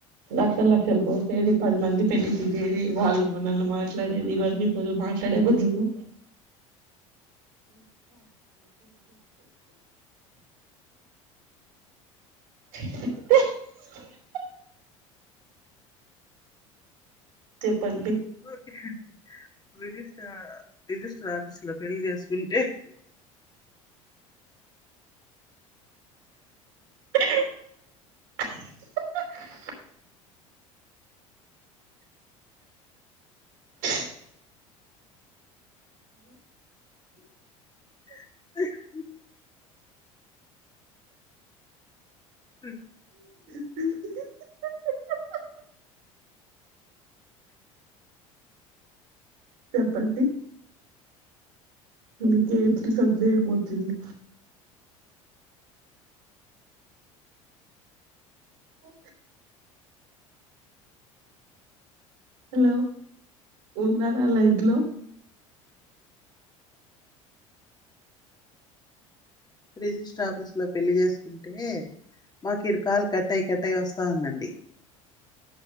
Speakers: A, on the right; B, on the left.
A: లక్షల లక్షలు పోసేది పది మంది పెట్టి తినేది వాళ్ళు మనల్ని మాట్లాడేది ఇవన్నీ పోదు మాట్లాడే బదులు, <unintelligible> చెప్పండి
B: ఓకే బెదిస్తా రిజిస్టర్ ఆఫీసు లో పెళ్ళి చేసుకుంటే
A: <unintelligible> హ
B: <unintelligible> ఉ
A: <unintelligible> చెప్పండి మీ కేంటి సందలేహమౌతుంది అ హలో ఉన్నారా లైడ్లో
B: రిజిస్టర్ ఆఫీస్ లో పెళ్లి చేసుకుంటే మాకు ఇర కాల్ కట్ అయి కట్ అయి వస్తా ఉందండి